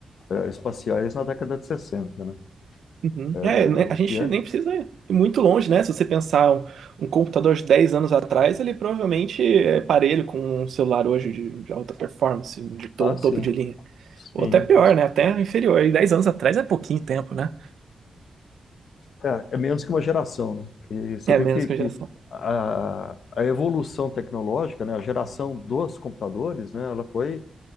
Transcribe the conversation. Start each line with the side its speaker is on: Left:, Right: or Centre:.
Left: é, espaciais na década de 60, né?
Right: Uhum. É,
Left: É,
Right: né,
Left: o
Right: a gente
Left: que é?
Right: nem precisa ir muito longe, né? Se você pensar um, um computador de 10 anos atrás, ele provavelmente é parelho com um celular hoje de, de alta performance, de to-
Left: Ah,
Right: um topo
Left: sim,
Right: de linha.
Left: sim,
Right: Ou até pior,
Left: com certeza.
Right: né? Até inferior. E 10 anos atrás é pouquinho tempo, né?
Left: É, é- é menos que uma geração, né? E você
Right: É
Left: vê
Right: menos
Left: que,
Right: que
Left: que
Right: a geração.
Left: a, a evolução tecnológica, né, a geração dos computadores, né, ela foi,